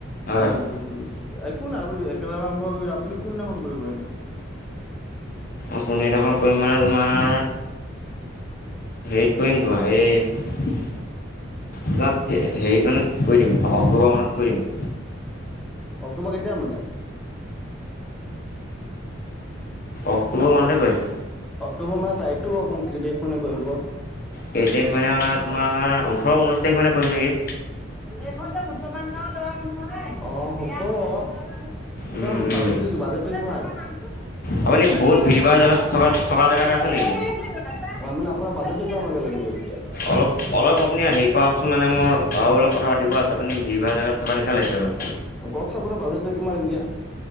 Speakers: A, on the left; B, in the centre.
A: হয়।
B: উম বুজিছো একো নাই আমি একেলগে আৰম্ভ কৰিলো, আপুনি কোনদিনাখন কৰিব এনে?
A: অ' কোনদিনাখন কৰিম মানে তোমাৰ
B: <unintelligible>
A: হেৰিত কৰিম তোমাৰ এই প্লাত হেৰিত মানত কৰি দিম, অক্টোবৰ মানত কৰি দিম।
B: অক্টোবৰ কেতিয়া মানে?
A: অক্টোবৰ মানতে কৰিম।
B: অক্টোবৰ মাহৰ তাৰিখটো ক'ক কেইতাৰিখ মানে কৰিব?
A: কেইতাৰিখ মানে, মানে তোমাৰ ওঠৰ ঊনৈশ তাৰিখ মানে কৰিম নেকি।
B: এইখন যে মুছলমান গাওৰ ল'ৰা মানুহৰ যে, অ' হ'ব।
A: উম
B: তোমাৰ বাজেটটো কি, বাজেটটো কিমান? <unintelligible>
A: আপুনি বহুত
B: মানে
A: ভিৰ ভাৰ জেগাত থকা
B: আপোনাৰ
A: থকা জেগাত
B: বাজেটটো
A: আছে নেকি
B: কিমানকে লাগিব এতিয়া?
A: অলপ অলপ আপুনি হেৰি কৰাকচোন মানে মোৰ আৰু অল কথা পাতিব আছে, আপুনি ভিৰ ভাৰ জেগাত থকা নিচনা লাগছে ধৰক।
B: অ কওকচোন আপোনাৰ বাজেটটা কিমান এতিয়া?